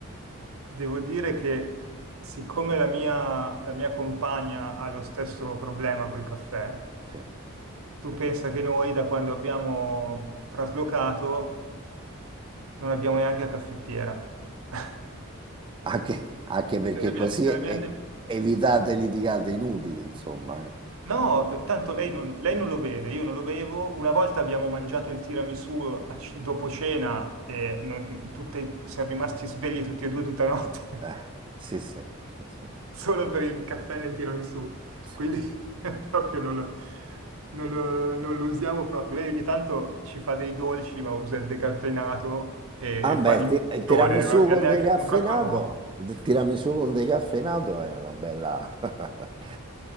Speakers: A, on the right; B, on the right.
A: devo dire che siccome la mia, la mia compagna ha lo stesso problema col caffè,
B: Sì.
A: Tu pensa che noi da quando abbiamo traslocato non abbiamo neanche la caffettiera. <laughs>
B: Anche, anche perché
A: Non abbiamo-
B: così
A: non
B: e-
A: abbiamo-
B: evitate litigate inutili, insomma. eh.
A: No, tanto lei non, lei non lo beve, io non lo bevo. Una volta abbiamo mangiato il tiramisù a c- dopo cena e non- tutte- siamo rimasti svegli tutti e due tutta la notte. <laughs>
B: Eh, sì, sì, sì, sì,
A: solo per il caffè nel tiramisù,
B: sì,
A: quindi
B: sì.
A: <laughs> proprio non lo, non lo- non lo usiamo proprio. Lei ogni tanto ci fa dei dolci, ma usa il decaffeinato e,
B: Ah,
A: e
B: beh,
A: fa
B: il,
A: l'infusione,
B: ti- il tiramisù
A: non abbiamo
B: col
A: neanche
B: decaffeinato,
A: comprato la moto.
B: il tiramisù col decaffeinato è una bella, <laughs>